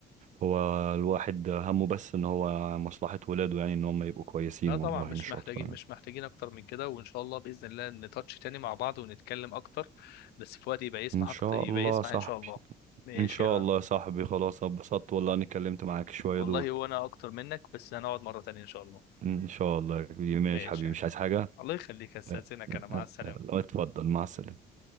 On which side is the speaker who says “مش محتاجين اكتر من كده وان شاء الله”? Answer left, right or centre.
Left